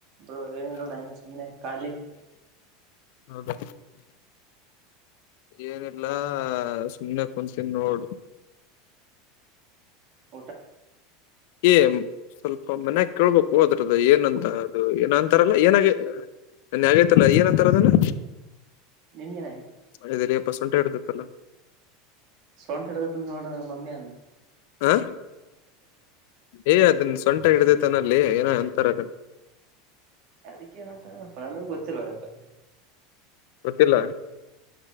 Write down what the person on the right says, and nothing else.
Bro ಏನಿಲ್ಲ ಅಂಗೆ ಅಂಗೆ ಸುಮ್ನೆ ಕಾಲಿ
ಹೌದ
ನೀನ್ ಏನಾಗಿದೆ
ಸೋಂಟ ಹಿಡತತ ನೋಡ ಮಮ್ಮಿಯ ಅನ
ಅದಕ್ಕ ಏನಂತಪ್ಪ ನ ಗೊತ್ತಿಲ್ಲ ಹೇಳ